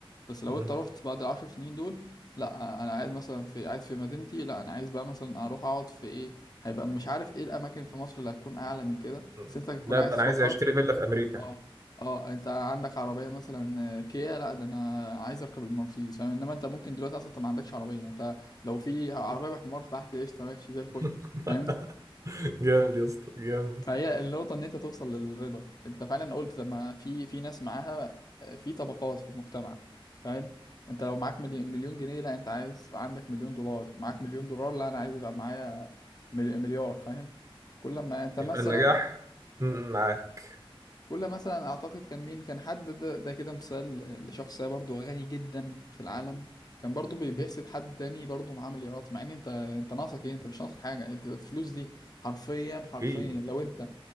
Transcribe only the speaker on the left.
بس لو
انت رحت بعد العشر سنين دول لا انا قاعد مثلا في قاعد في مدينتي لا انا عايز بقى مثلا اروح اقعد في ايه هيبقى مش عارف ايه الاماكن في مصر اللي هتكون اعلى من كده
بس انت هتكون
عايز
تروحها
اه اه انت عندك عربيه مثلا آه، كيا لا ده انا عايز اركب المرسيدس فاهم انما انت ممكن دلوقتي اصلا انت ما عندكش عربيه انت لو في عربيه بحمار تحت قشطه ماشي زي الفل
فاهمني
فهي النقطة إن أنت توصل للرضا أنت فعلا قلت لما في في ناس معاها آه، في طبقات في المجتمع فاهم أنت لو معاك مليون مليون جنيه لا أنت عايز يبقى عندك مليون دولار معاك مليون دولار لا أنا عايز يبقى معايا مل- مليار فاهم كل ما أنت
مثلا
كل مثلا اعتقد كان مين كان حد ده, ده كده مثال لشخصية برضو غني جدا في العالم كان برضو بي- بيحسد
حد تاني برضو معاه مليارات مع ان انت انت ناقصك ايه انت مش ناقصك حاجة انت الفلوس دي حرفيا حرفيا
لو انت